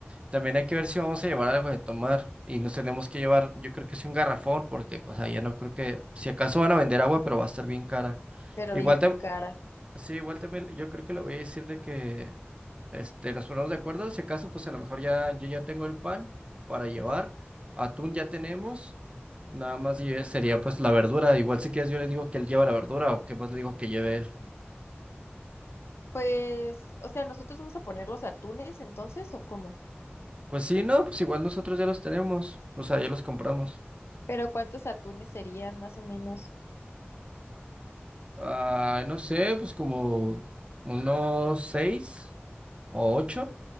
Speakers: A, on the right (about 25°); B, on the left (about 85°).
A: También hay que ver si vamos a llevar algo de tomar y nos tenemos que llevar, yo creo que sí un garrafón porque pues ahí ya no creo que si acaso van a vender agua, pero va a estar bien cara.
B: pero
A: Igual
B: bien
A: tam-
B: cara.
A: Sí, igual también yo creo que le voy a decir de que este, nos ponemos de acuerdo. Si acaso, pues a lo mejor ya yo ya tengo el pan para llevar. Atún ya tenemos. Nada más lle- sería pues la verdura. Igual si quieres yo le digo que él lleva la verdura o que más le digo que lleve él.
B: Pues, o sea, nosotros vamos a poner los atunes entonces, ¿o cómo?
A: Pues sí, no, pues igual nosotros ya los tenemos. O sea, ya los compramos.
B: Pero ¿cuántos atunes serían más o menos?
A: Ah, no sé, pues como unos seis o ocho.